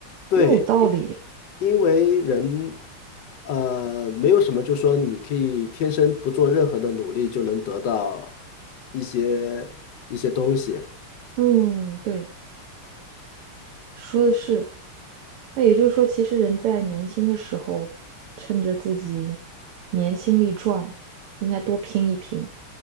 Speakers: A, on the left (about 60°); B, on the right (about 80°).
A: 对，
B: 也有道理。
A: 因为人，呃，没有什么，就说你可以天生不做任何的努力就能得到一些一些东西。
B: 嗯，对。说的是。那也就是说，其实人在年轻的时候，趁着自己年轻力壮，应该多拼一拼。